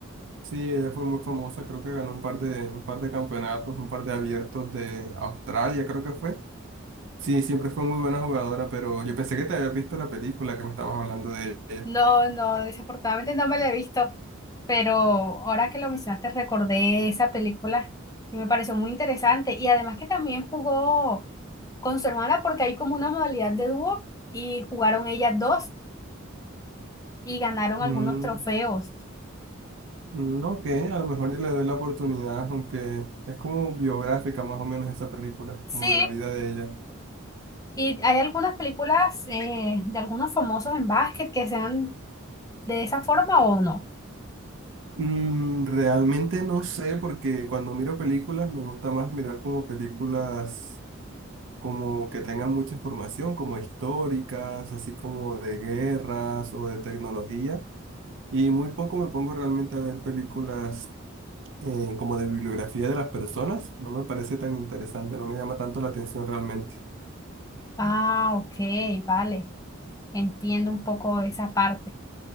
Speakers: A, on the right; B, on the left.
A: Sí, ella fue muy famosa, creo que ganó un par de, un par de campeonatos, un par de abiertos de Australia, creo que fue. Sí, siempre fue muy buena jugadora, pero yo pensé que te habías visto la película que me estabas hablando de ella.
B: No, no, desafortunadamente no me la he visto, pero ahora que lo mencionaste recordé esa película y me pareció muy interesante y además que también jugó con su hermana porque hay como una modalidad de dúo y jugaron ellas dos y ganaron
A: Mm,
B: algunos trofeos.
A: mm, ok, a lo mejor y le doy la oportunidad, aunque es como biográfica más o menos esa película,
B: Sí,
A: como de la vida de ella.
B: y hay algunas películas eh, de algunos famosos en básquet que sean de esa forma o no.
A: Mm, realmente no sé, porque cuando miro películas me gusta más mirar como películas como que tengan mucha información, como históricas, así como de guerras o de tecnología. Y muy poco me pongo realmente a ver películas eh, como de bibliografía de las personas. No me parece tan interesante, no me llama tanto la atención realmente.
B: Ah, ok, vale, entiendo un poco esa parte.